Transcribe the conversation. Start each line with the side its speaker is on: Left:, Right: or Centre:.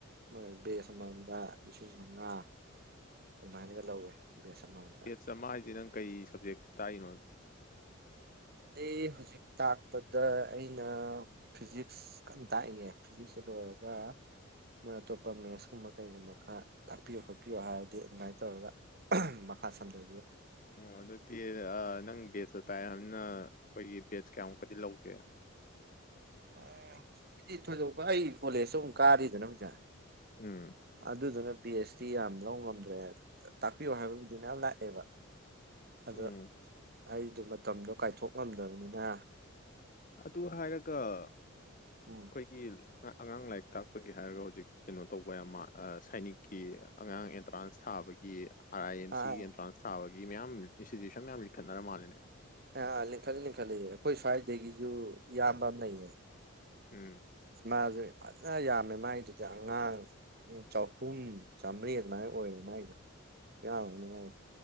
Right: ꯃꯣꯏ ꯕꯦꯁ ꯑꯃꯃꯝꯗ ꯂꯤꯁꯤꯡ ꯃꯉꯥ ꯑꯗꯨꯃꯥꯏꯅꯒ ꯂꯧꯋꯦ ꯕꯦꯁ ꯑꯃꯃꯝꯗ
Left: ꯕꯦꯠꯁ ꯑꯃ ꯍꯥꯏꯁꯦ ꯅꯪ ꯀꯩ ꯁꯕꯖꯦꯛ ꯇꯥꯏꯅꯣꯠ
Right: ꯑꯩ ꯍꯧꯖꯤꯛ ꯇꯥꯛꯄꯗ ꯑꯩꯅ ꯐꯤꯖꯤꯛꯁ ꯀꯟ ꯇꯥꯛꯏꯌꯦ ꯐꯤꯖꯤꯛꯁꯇ ꯂꯣꯏꯔꯒ ꯃꯣꯏ ꯑꯇꯣꯞꯄ ꯃꯦꯠꯁꯀꯨꯝꯕ ꯀꯩꯒꯨꯝꯕ ꯈꯔ ꯇꯥꯛꯄꯤꯌꯣ ꯈꯣꯠꯄꯤꯌꯣ ꯍꯥꯏꯔꯗꯤ ꯑꯗꯨꯃꯥꯏꯅ ꯇꯧꯔꯒ ꯃꯈꯥ ꯁꯝꯊ
Left: ꯑꯣ ꯑꯗꯨꯗꯤ ꯅꯪ ꯕꯦꯁꯇ ꯇꯛꯑꯦ ꯍꯥꯏꯕꯅꯤꯅ ꯑꯩꯈꯣꯏꯒꯤ ꯕꯦꯁ ꯀꯌꯥꯃꯨꯛꯀꯗꯤ ꯂꯧꯒꯦ
Right: ꯑ ꯍꯧꯖꯤꯛꯀꯤꯗꯤ ꯊꯣꯏꯗꯣꯛꯄ ꯑꯩ ꯀꯣꯂꯦꯖꯇ ꯑꯃꯨꯛ ꯀꯥꯔꯤꯗꯅ ꯍꯧꯖꯤꯛ
Left: ꯎꯝ
Right: ꯑꯗꯨꯗꯨꯅ ꯄꯤ ꯑꯩꯆ ꯗꯤ ꯌꯥꯝ ꯂꯧ ꯉꯝꯗ꯭ꯔꯦ ꯇꯥꯛꯄꯤꯌꯣ ꯍꯥꯏꯕꯕꯨꯗꯤ ꯃꯌꯥꯝ ꯂꯥꯛꯑꯦꯕ ꯑꯗꯣ
Left: ꯎꯝ
Right: ꯑꯩꯗꯣ ꯃꯇꯝꯗꯣ ꯀꯥꯏꯊꯣꯛꯂꯝꯝꯗꯕꯅꯤꯅ
Left: ꯑꯗꯨ ꯍꯥꯏꯔꯒ ꯑꯩꯈꯣꯏꯒꯤ
Right: ꯎꯝ
Left: ꯑꯉꯥꯡ ꯂꯥꯏꯔꯤꯛ ꯇꯥꯛꯄꯒꯤ ꯍꯥꯏꯔꯒꯛ ꯍꯧꯖꯤꯛ ꯀꯩꯅꯣ ꯇꯧꯕ ꯁꯥꯏꯅꯤꯛꯀꯤ ꯑꯉꯥꯡ ꯑꯦꯟꯇ꯭ꯔꯥꯟꯁ ꯊꯥꯕꯒꯤ ꯑꯥ ꯑꯥꯏ ꯑꯦꯝ
Right: ꯑꯥ
Left: ꯁꯤꯒꯤ ꯑꯦꯟꯇ꯭ꯔꯥꯟꯁ ꯊꯥꯕꯦ ꯃꯌꯥꯝ ꯏꯟꯁꯇꯤꯇ꯭ꯌꯨꯁꯟ ꯃꯌꯥꯝ ꯂꯤꯡꯈꯠꯔ ꯃꯥꯜꯂꯤꯦꯅꯦ
Right: ꯑꯥ ꯂꯤꯡꯈꯠꯂꯤ ꯂꯤꯡꯈꯠꯂꯤ ꯑꯩꯈꯣꯏ ꯁ꯭ꯋꯥꯏꯗꯒꯤꯁꯨ ꯏꯌꯥꯝꯕ ꯑꯃ ꯂꯩꯌꯦ
Left: ꯎꯝ
Right: ꯃꯥꯁꯦ ꯐꯖꯅ ꯌꯥꯝꯃꯦ ꯃꯥꯏꯗꯨꯗꯤ ꯑꯉꯥꯡ ꯆꯍꯨꯝ ꯆꯥꯝꯃꯔꯤ ꯑꯗꯨꯃꯥꯏꯅ ꯑꯣꯏꯌꯦꯦ ꯃꯥꯏꯗ ꯌꯥꯝ ꯅꯨꯡꯉꯥꯏ